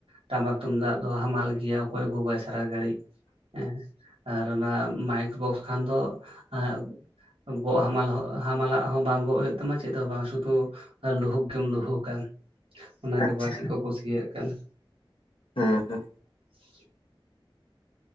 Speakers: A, on the right (about 80°); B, on the left (about 70°).
A: ᱴᱟᱢᱟᱠ ᱛᱩᱢᱫᱟᱜ ᱫᱚ ᱦᱟᱢᱟᱞ ᱜᱮᱭᱟ ᱚᱠᱚᱭ ᱜᱚ ᱜᱟᱭ ᱥᱟᱨᱟ ᱜᱷᱟᱹᱲᱤᱡ ᱦᱮᱸ ᱟᱨ ᱚᱱᱟ ᱢᱟᱭᱤᱠ ᱵᱚᱠᱥ ᱠᱷᱟᱱ ᱫᱚ ᱮ ᱜᱚᱜ ᱦᱟᱢᱟᱞ ᱦᱟᱢᱟᱞᱟᱜ ᱦᱚᱸ ᱵᱟᱝ ᱜᱚᱜ ᱦᱩᱭᱩᱜ ᱛᱟᱢᱟ ᱪᱮᱫ ᱦᱚᱸ ᱵᱟᱝ ᱥᱩᱫᱩ ᱟᱨ ᱞᱩᱦᱩᱠ ᱜᱮᱢ ᱞᱩᱦᱩ ᱟ ᱚᱱᱟᱜᱼᱮ
B: ᱟᱪᱪᱷᱟ
A: ᱵᱟᱹᱲᱛᱤ ᱠᱚ ᱠᱩᱥᱤᱭᱟᱜ ᱠᱟᱱᱟ
B: ᱦᱮᱸ ᱦᱮᱸ
A: <unintelligible>